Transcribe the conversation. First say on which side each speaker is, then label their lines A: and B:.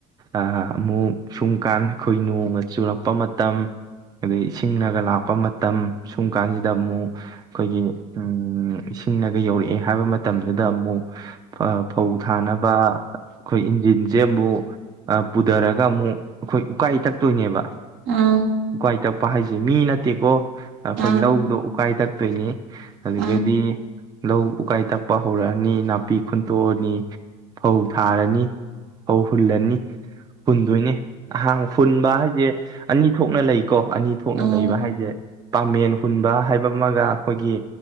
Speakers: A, on the right; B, on the right.
A: ꯑ ꯑꯃꯨꯛ ꯁꯨꯝꯀꯥꯟ ꯑꯩꯈꯣꯏ ꯅꯣꯡꯒ ꯆꯨꯔꯛꯄ ꯃꯇꯝ ꯑꯗꯩ ꯏꯁꯤꯡꯅꯒ ꯂꯥꯛꯄ ꯃꯇꯝ ꯁꯨꯝ ꯀꯥꯟꯖꯤꯗ ꯑꯃꯨꯛ ꯑꯩꯈꯣꯏꯒꯤ ꯎ ꯏꯁꯤꯡꯅꯒ ꯌꯧꯔꯛꯑꯦ ꯍꯥꯏꯕ ꯃꯇꯝꯗꯨꯗ ꯑꯃꯨꯛ ꯑ ꯐꯧ ꯊꯥꯅꯕ ꯑꯩꯈꯣꯏ ꯏꯟꯖꯤꯟꯖꯦ ꯑꯕꯨ ꯄꯨꯗꯔꯛ ꯒ ꯑꯃꯨꯛ ꯑꯩꯈꯣꯏ ꯎꯀꯥꯏ ꯇꯛꯇꯣꯏꯅꯦꯕ
B: ꯎꯝ ꯎꯝ ꯎꯝ
A: ꯎꯀꯥꯏ ꯇꯛꯄ ꯍꯥꯏꯁꯦ ꯃꯤ ꯅꯠꯇꯦꯀꯣ ꯑ ꯑꯩꯈꯣꯏ
B: ꯎꯝ
A: ꯂꯧꯗꯣ ꯎꯀꯥꯏ ꯇꯛꯇꯣꯏꯅꯤ ꯑꯗꯨꯗꯗꯤ
B: ꯎꯝ
A: ꯂꯧ ꯎꯀꯥꯏ ꯇꯛ ꯄ ꯍꯧꯔꯛꯑꯅꯤ ꯅꯥꯄꯤ ꯈꯨꯨꯟꯇꯣꯛꯑꯅꯤ ꯐꯧ ꯊꯥꯔꯅꯤ ꯐꯧ ꯍꯨꯜꯂꯅꯤ ꯍꯨꯟꯗꯣꯏꯅꯦ ꯑꯍꯥꯡ ꯍꯨꯟꯕ ꯍꯥꯏꯖꯦ ꯑꯅꯤ ꯊꯣꯛꯅ ꯂꯩꯀꯣ ꯑꯅꯤ ꯊꯣꯛꯅ
B: ꯎꯝ
A: ꯂꯩꯕ ꯍꯥꯏꯖꯦ ꯄꯥꯃꯦꯟ ꯍꯨꯟꯕ ꯍꯥꯏꯕ ꯑꯃꯒ ꯑꯩꯈꯣꯏꯒꯤ